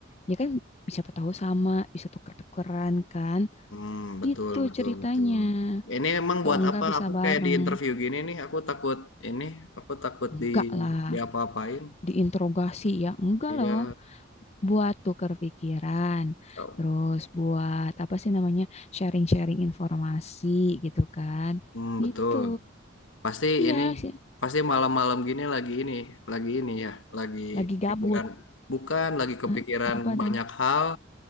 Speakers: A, on the left (about 35°); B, on the left (about 75°).
A: Ya kan siapa tahu sama bisa tuker-tukeran kan?
B: Hmm betul
A: Gitu
B: betul
A: ceritanya.
B: betul. Ini emang
A: Atau
B: buat
A: enggak
B: apa?
A: bisa
B: Aku
A: bareng?
B: kayak di interview gini nih, aku takut ini, aku takut
A: Enggak
B: di
A: lah.
B: di apa-apain.
A: Diinterogasi ya? Enggak
B: Iya,
A: loh. buat tukar pikiran,
B: Oh,
A: terus buat apa sih namanya sharing-sharing informasi gitu kan,
B: hmm,
A: gitu.
B: betul. Pasti
A: Iya
B: ini,
A: sih,
B: pasti malam-malam gini lagi ini, lagi ini ya, lagi
A: lagi
B: kepikiran.
A: gabut.
B: Bukan lagi kepikiran
A: Eh, apa
B: banyak
A: dong?
B: hal,